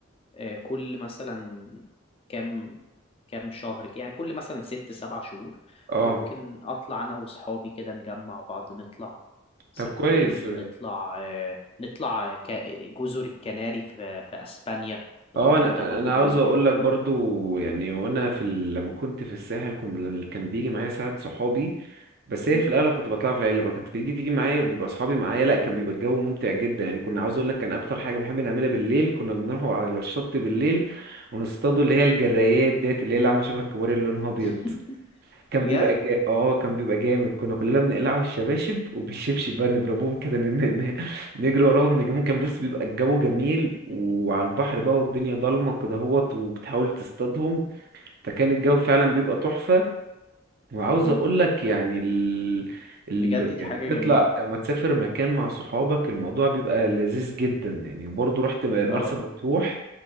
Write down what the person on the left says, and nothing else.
آه، كل مثلا كام كام شهر كده، يعني كل مثلا ست سبع شهور
ممكن اطلع انا واصحابي كده نجمع بعض نطلع سانتوريني
نطلع آه، نطلع ك- جزر الكناري في في اسبانيا
المكان
ده برضو
جميل
جدا
<laughs>
مم.
<laughs>
بجد
<laughs>
مم.
بجد دي
حاجة
جميلة
اه